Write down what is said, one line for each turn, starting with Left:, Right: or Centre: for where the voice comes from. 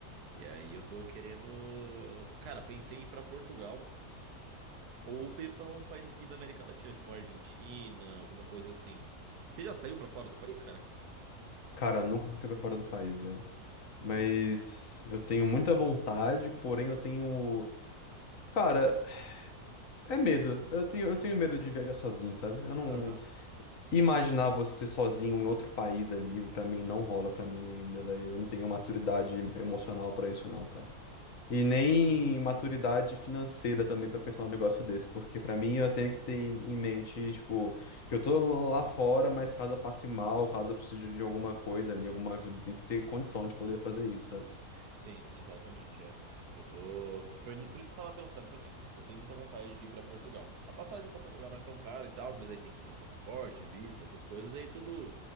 Right: E aí eu tô querendo. Cara, pensei em ir pra Portugal ou ir pra um país aqui da América Latina, tipo Argentina, alguma coisa assim. Você já saiu pra fora do país, cara?
Left: Cara, nunca fui pra fora do país, velho. Mas eu tenho muita vontade, porém eu tenho. Cara, é medo. Eu tenho, eu tenho medo de viajar sozinho, sabe? Eu não.
Right: Aham.
Left: Imaginar você sozinho em outro país ali, pra mim, não rola pra mim ainda, velho. Eu não tenho maturidade emocional pra isso, não, cara. E nem maturidade financeira também pra pensar um negócio desse, porque pra mim eu tenho que ter em em mente, tipo, que eu tô lá fora, mas caso eu passe mal, caso eu precise de alguma coisa ali, alguma ajuda, tem que ter condição de poder fazer isso, sabe?
Right: Sim, exatamente, é. Eu tô. Foi ni- por isso que eu tava pensando, tipo assim, eu tenho muita vontade de ir pra Portugal. A passagem pra Portugal não é tão cara e tal, mas aí tem questão de passaporte, visto, essas coisas, e aí tudo,